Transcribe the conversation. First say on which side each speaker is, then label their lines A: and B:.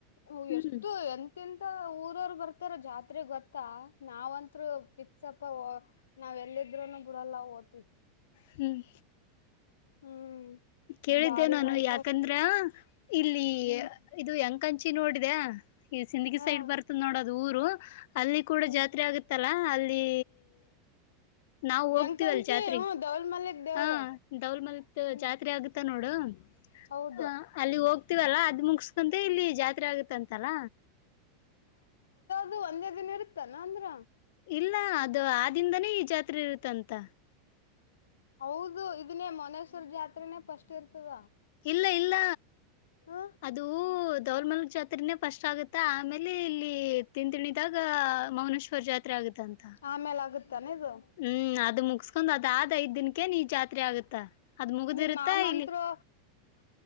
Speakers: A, on the left (about 80°); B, on the left (about 65°).
A: ಹ
B: ಹ್ಮ್
A: ಎಷ್ಟು ಎ ತ್ತಂತ ಊರವರು ಬರ್ತಾರ ಜಾತ್ರೆಗೊತ್ತಾ. ನಾವಂತ್ರು ಫಿಕ್ಸಪ್. ಕವು ನಾವೆಲ್ಲಿದ್ರೂನು ಬಿಡಲ್ಲ ಹೋತಿವಿ.
B: ಹ್ಮ್
A: ಹ್ಮ್
B: ಕೇಳ್ದೆ
A: ಬಾರಿ
B: ನಾನು
A: ನೈಸ್
B: ಯಾಕಂದ್ರ ಇಲ್ಲಿ
A: ಹ್ಮ್
B: ಇದು ಯಂಕಂಚಿ ನೋಡ್ದ್ಯಾ ಇಲ್ ಸಿಂದ್ಗಿ
A: ಹಾ
B: ಸೈಡ್ ಬರ್ತ ನೋಡದ್ ದೂರು. ಅಲ್ಲಿ ಕೂಡ
A: ಹ್ಮ್
B: ಜಾತ್ರೆ ಆಗತ್ತಲ್ಲ ಅಲ್ಲಿ ನಾವು ಹೋಗ್ತಿವಲ್
A: ಎಂಕಂಚೌ
B: ಜಾತ್ರೆಗೆ
A: ಹುಂ ದೌಲ್. ಮಲ್ಲಿಕ್ ದೇವ್ರು
B: ಹಾ ದೌಲ್ಮಲ್ತು
A: ಹ್ಮ್
B: ಜಾತ್ರೆ ಆಗುತ್ತಾ ನೋಡ್ ಡು
A: ಹೌದು
B: ಹ ಅಲ್ಲಿ ಹೋಗ್ತೀವಲ್ಲ ಅದ್ ಮುಗಸ್ಕಂದು ಇಲ್ಲಿ ತ್ರ ಆಗತ್ತಂತಲ್ಲ.
A: ದು ಒಂದೇ ದಿನ ಇರುತ್ತಾನ ಅಂದ್ರ.
B: ಇಲ್ಲ ಅದು ಆದಿಂದನೇ ಈ ಜಾತ್ರೆ ಇರುತ್ತಂತ.
A: ಹೌದು ಇದನ್ನೇ ಮೊನಸೂರ್ ಜಾತ್ರನೇ ಫಸ್ಟ್ ಇರ್ತದ.
B: ಇಲ್ಲ ಇಲ್ಲ
A: ಹ
B: ಅದು ದೌಲ್ಮಲ್ ಜಾತ್ರನೇ ಫಸ್ಟ್ ಆಗು ತ್ತ ಆಮೇಲೆ ಇಲ್ಲಿ ತಿನ್ತಿಣಿದಾಗ ಮೌನೇಶ್ ವರ್ ಜಾತ್ರೆ ಆಗತ್ತಂತ.
A: ಆಮೇಲ್ ಆಗುತ್ತಾನ ಇದು
B: ಹ್ಮ್ ಅದು ಮುಗ್ ಕೊಂಡ್ ಅದ್ ಆದ್ ಐದ್ ದಿನಕ್ಕೆ ನೀ ಜಾತ್ರೆ ಆಗುತ್ತ ಅದ್ ಮುಗ್ದಿರುತ್ತ
A: ನೀನ್ ನಾನ್ಂತ್ರು
B: ಇಲ್ಲಿ